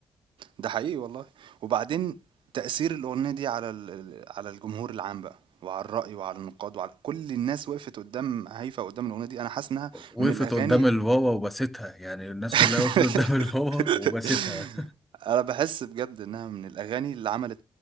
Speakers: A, on the right; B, in the centre.
A: ده حقيقي والله وبعدين تاثير الاغنيه دي على ال- ال- على الجمهور العام بقى وعلى الرأي وعلى النقاد وعلى كل الناس وقفت قدام هيفا قدام الأغنية دي أنا حاسس إنها
B: وقفت
A: من الأغاني
B: قدام الواوا وبستها يعني الناس كلها
A: <laughs>
B: وقفت قدام الواوا وبستها
A: <laughs> انا بحس بجد انها من الاغاني اللي عملت